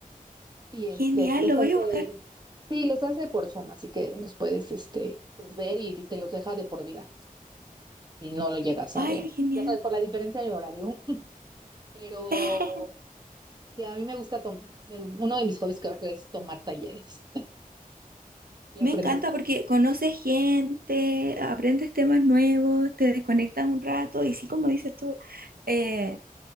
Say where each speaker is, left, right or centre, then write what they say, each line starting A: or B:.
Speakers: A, on the right; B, on the right.
A: Y este,
B: Genial,
A: los
B: lo
A: hace,
B: voy a buscar.
A: sí, los hace por Zoom, así que los puedes, este, pues ver y te los deja de por vida. si no lo llegas
B: Ay,
A: a ver.
B: genial.
A: Ya sabes, por la diferencia de horario. <laughs> Pero
B: <laughs>
A: sí, a mí me gusta tomar. me- Uno de mis hobbies creo que es tomar talleres <laughs> y
B: Me
A: aprender
B: encanta
A: cosas.
B: porque conoces gente, aprendes temas nuevos, te desconectas un rato y sí, como dices tú, eh,